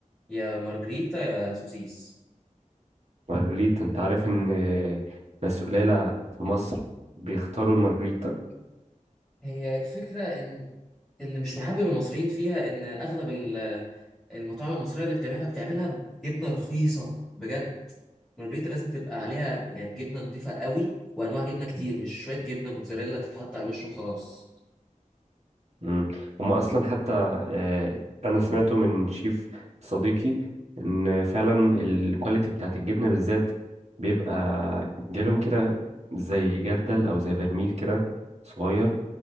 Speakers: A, in the centre; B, on the right.
A: يا مارجريتا يا سوسيس
B: مارجريتا أنت عارف إن آه، ناس قليلة في مصر بيختاروا المارجريتا
A: هي الفكره ان اللي مش محبب المصريين فيها ان اغلب ال- المطاعم المصريه اللي بتعملها بتعملها بجبنه رخيصه بجد مارجريتا لازم تبقى عليها يعني جبنه نضيفه قوي وانواع جبنه كتير مش شويه جبنه موتزاريلا تتحط على الوش وخلاص
B: مم. هم اصلا حتى آه، انا سمعته من شيف صديقي ان فعلا الكواليتي بتاعت الجبنه بالذات بيبقى جالهم كده زي جردل او زي برميل كده صغير